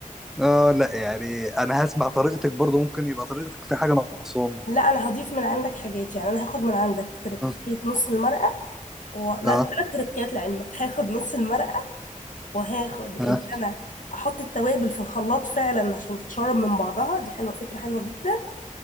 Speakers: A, in the centre; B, on the left (about 70°).
A: اه لا يعني انا هسمع طريقتك برضو ممكن يبقى طريقتك في حاجه ناقصاني
B: لا انا هضيف من عندك حاجات يعني انا هاخد من عندك تركية
A: اه
B: نص المرقه و... لا
A: اه
B: ثلاث تركات لعلمك <laughs> هاخد نص المرقه وهاخد ان
A: آه.
B: انا احط التوابل في الخلاط فعلا عشان تتشرب من بعضها دي حلوه فكره حلوه جدا